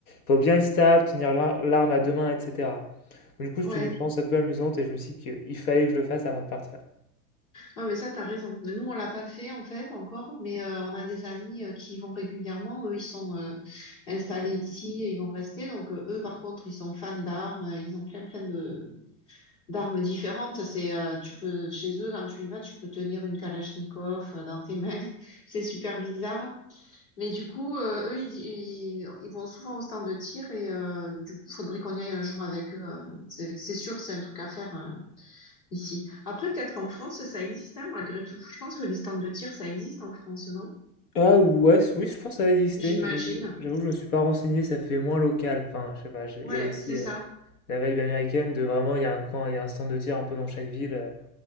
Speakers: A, on the left; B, on the left.
A: faut bien être stable, tenir l'ar- l'arme à deux mains, etc. Du coup, c'était
B: Ouais.
A: une expérience un peu amusante et je me suis dit qu'il fallait que je le fasse avant de partir.
B: Ah, mais ça, t'as raison. Mais Nous, on l'a pas fait, en fait, encore, mais euh, on a des amis euh, qui y vont régulièrement. Eux, ils sont euh, installés ici et ils vont rester. Donc, euh, eux, par contre, ils sont fans d'armes. euh, Ils ont plein, plein de d'armes différentes. C'est, euh, tu peux, chez eux, quand tu y vas, tu peux tenir une Kalachnikov euh, dans tes mains. <laughs> C'est super bizarre. Mais du coup, euh, eux, ils, ils, ils vont souvent au stand de tir et euh, du coup, faudrait qu'on y aille un jour avec eux. euh. C'est c'est sûr, c'est un truc à faire. hein ici. Après, peut-être qu'en France, ça existe, hein, malgré tout. Je pense que les stands de tir, ça existe en France, non?
A: Ah ouais, c- oui, je pense que ça va exister.
B: J'imagine.
A: Je me- J'avoue que je me suis pas renseigné, ça fait moins local. Enfin, je sais pas, j'ai-
B: Ouais,
A: il y a aussi
B: c'est ça.
A: euh, la vibe américaine de vraiment, il y a un coin, il y a un stand de tir un peu dans chaque ville. euh,